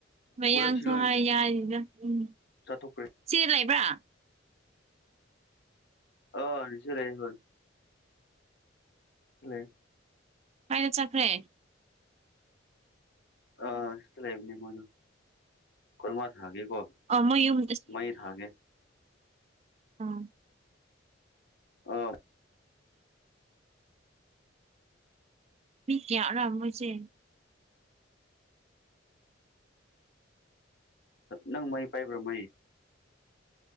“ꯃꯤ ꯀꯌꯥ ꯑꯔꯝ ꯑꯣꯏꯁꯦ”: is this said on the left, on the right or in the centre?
Right